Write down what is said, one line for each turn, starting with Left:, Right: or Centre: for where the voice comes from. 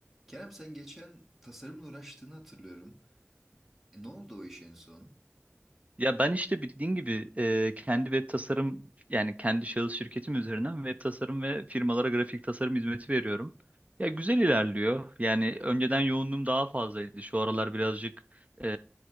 Centre: Kerem sen geçen tasarımla uğraştığını hatırlıyorum. E, ne oldu o iş en son?
Right: Ya ben işte bildiğin gibi e, kendi web tasarım yani kendi şahıs şirketim üzerinden web tasarım ve firmalara grafik tasarım hizmeti veriyorum. Ya güzel ilerliyor. Yani önceden yoğunluğum daha fazlaydı. Şu aralar birazcık e,